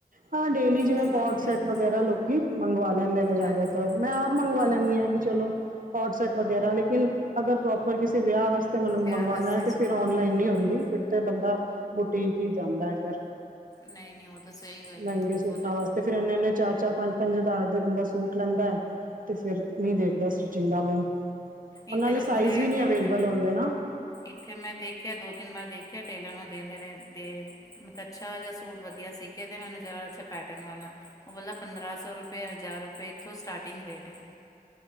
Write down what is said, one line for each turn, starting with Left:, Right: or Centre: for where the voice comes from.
Right: ਹਾਂ ਡੇਲੀ ਜਿਵੇਂ
Left: ਇੱਥੇ ਤੋਂ
Right: ਕਾਰਡ
Left: ਜਾਏਗਾ
Right: ਸੈਟ ਵਗੈਰਾ ਲੋਕੀ ਮੰਗਵਾ ਲੈਂਦੇ ਨੇ ਜ਼ਿਆਦਾਤਰ
Left: ਹਾਂਜੀ
Right: ਮੈਂ ਆਪ ਮੰਗਵਾ
Left: ਉਹੀ
Right: ਲੈਂਦੀ ਹਾਂ ਕਿ ਚਲੋ। ਕੋਡ ਸੈਟ ਵਗੈਰਾ ਲੇਕਿਨ ਅਗਰ ਪ੍ਰੋਪ। ਪਰ ਕਿਸੇ ਵਿਆਹ ਵਾਸਤੇ ਮੈਨੂੰ
Left: ਵਿਆਹ
Right: ਮੰਗਵਾਉਣਾ
Left: ਵਾਸਤੇ
Right: ਹੈ ਤਾਂ
Left: ਚਾਹੀਦਾ
Right: ਫਿਰ ਔਨਲਾਈਨ
Left: ਹੂੰ
Right: ਨਹੀਂ ਹੁੰਦੀ ਫਿਰ ਤੇ ਬੰਦਾ। ਬੁਟੀਕ ਹੀ ਜਾਂਦਾ ਹੈ ਫੇਰ।
Left: ਨਹੀਂ ਨਹੀਂ ਉਹ ਤਾਂ। ਸਹੀ ਗੱਲ
Right: ਮਹਿੰਗੇ
Left: ਹੈ
Right: ਸੂਟਾਂ
Left: ਬਹੁਤ ਹੈ।
Right: ਵਾਸਤੇ ਫਿਰ ਇਨੇ ਇਨੇ ਚਾਰ ਚਾਰ ਪੰਜ ਪੰਜ ਹਜ਼ਾਰ ਦੇ ਬੰਦਾ ਸੂਟ ਲੈਂਦੈ ਹੈ ਤੇ ਫੇਰ ਨਹੀਂ ਦੇਖ। ਦਾ ਸਟਚਿੰਗ ਦਾ ਮੂੰਹ। ਉਹ
Left: ਇੱਥੇ
Right: ਨਾਲੇ
Left: ਤੋਂ
Right: ਸਾਈਜ਼
Left: ਬੜੇ
Right: ਵੀ ਨਹੀਂ
Left: ਇੱਥੇ
Right: ਅਵੇਲੇਬਲ ਹੁੰਦੇ ਨਾ
Left: ਇੱਥੇ ਮੈਂ ਦੇਖਿਆ ਦੋ ਤਿੰਨ ਵਾਰ ਦੇਖਿਆ। ਟੇਲਰ ਨੂੰ ਦੇ ਦਿੰਦੇ ਐ ਅੱਛਾ ਜਿਹਾ ਸੂਟ ਵਧੀਆ ਸੀਕੇ ਦੇ ਮੈਨੂੰ ਜ਼ਰਾ ਅੱਛਾ ਪੈਟਰਨ ਵਾਲਾ ਉਹ ਬੋਲਦਾ ਪੰਦਰਾਂ ਸੌ ਰੁਪਏ ਹਜ਼ਾਰ ਰੁਪਏ ਇੱਥੋਂ ਸਟਾਰਟਿੰਗ ਰੇਟ ਹੈ।